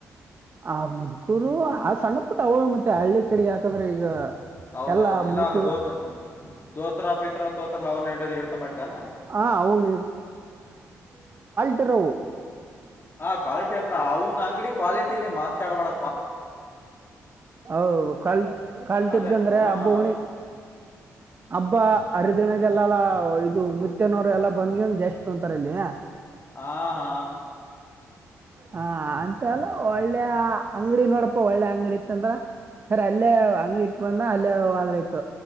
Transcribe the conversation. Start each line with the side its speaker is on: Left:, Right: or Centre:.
Right: ಆ ಮದ್ಕೂರು ಆ ಸಣ್ಣ ಪುಟ್ಟ ಅವಳ ಮತ್ತೆ ಹಳ್ಳಿ ಕಡೆ ಯಾಕಂದ್ರೆ ಈಗ.
Left: ಹೌದೌದು
Right: ಎಲ್ಲ
Left: ಇಲ್ಲ
Right: ಮುದುಕರು
Left: ಅದು ದೋತ ದೋತ್ರ ಪೇತ್ರ ತೋತ್ರ ಎ ಅವನ್ನ ಎರಡ ಇಡ್ತ ಮಾಡಿದ್ದಾನ.
Right: ಹಾ ಅವನು ಉತ್ತರ.
Left: ಹ ಕ್ವಾಲಿಟಿ ಇರ್ತ ಅವ. ಅಂಗಡಿ ಕ್ವಾಲಿಟಿ ಮಾತಾಡಬಡ
Right: ಹೌದು ಕಲ್ಟ್ ಕಲ್ಟ್ದಂದ್ರೆ
Left: ಅದೇ ಹ್ಮ್
Right: ಹಬ್ಬ ಹಣಿ. ಹಬ್ಬಾ ಹರಿದಿನಗೆಲ್ಲಲ್ಲ ಇದು ಮುತ್ತನೋರು ಎಲ್ಲಾ ಬಂದ್ಗಂದು ಜಾಸ್ತಿ ತೊಂತಾರಲ್ಲಿಯ.
Left: ಹ. ಹಾ.
Right: ಹಾ ಅಂತ ಅಲ್ಲ ಒಳ್ಳೆ ಅಂಗಡಿ ನೋಡಪ್ಪ ಒಳ್ಳೆ ಅಂಗಡಿ ಇತ್ತಂದ್ರ ಸರಿ ಅಲ್ಲೇ ಅಂಗಡಿ ಇಟ್ ಬಂದ ಅಲ್ಲೇ ಹದ್ರ ಇತ್ತು